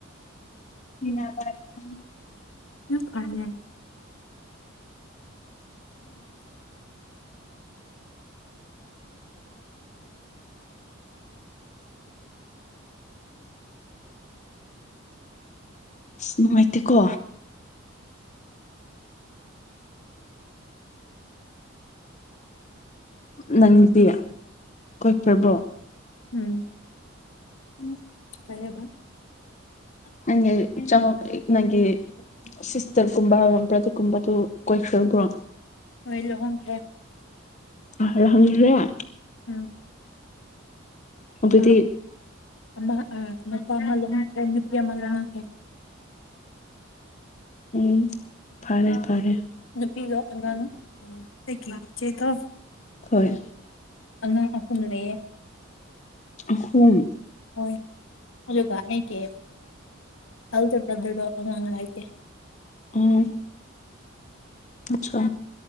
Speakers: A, on the left; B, on the left.
A: <inaudible>
B: <unintelligible>
A: <inaudible> <inaudible> <inaudible> <inaudible> ꯅꯨꯡꯉꯥꯏꯇꯦꯀꯣ ꯅꯪꯗꯤ ꯀꯣꯏꯈ꯭ꯔꯕꯣ
B: ꯎꯝ
A: <inaudible>
B: ꯀꯔꯤ ꯍꯥꯢꯕ
A: ꯅꯪꯒꯤ ꯆꯪꯉꯛ ꯅꯪꯒꯤ ꯁꯤꯁꯇꯔꯒꯨꯝꯕ ꯕ꯭ꯔꯗꯔꯒꯨꯝꯕꯗꯨ ꯀꯣꯏꯈ꯭ꯔꯕ꯭ꯔꯣ
B: ꯂꯣꯢ ꯂꯨꯍꯣꯡꯈ꯭ꯔꯦ
A: ꯑꯍꯜ <unintelligible>
B: ꯎꯝ
A: ꯑꯗꯨꯗꯤ
B: ꯑꯃ ꯑꯃ ꯑꯥ ꯅꯨꯄꯥ ꯑꯃ ꯂꯨꯍꯣꯡ ꯈ꯭ꯔꯦ ꯅꯨꯄꯤ ꯑꯃ ꯂꯨꯍꯣꯡꯈ꯭ꯔꯦ
A: ꯎꯝ ꯐꯔꯦ ꯐꯔꯦ
B: ꯅꯨꯄꯤꯗ ꯑꯉꯥꯡ ꯎꯝ ꯑꯩꯒꯤ ꯢꯆꯦꯗꯣ
A: ꯍꯣꯏ
B: ꯑꯉꯥꯡ ꯑꯍꯨꯝ ꯂꯩꯌꯦ
A: ꯑꯍꯨꯝ
B: ꯍꯣꯏ ꯑꯗꯨꯒ ꯑꯩꯒꯤ <unintelligible> ꯑꯉꯥꯡ ꯂꯩꯇꯦ
A: ꯑꯣ ꯑꯠꯁꯥ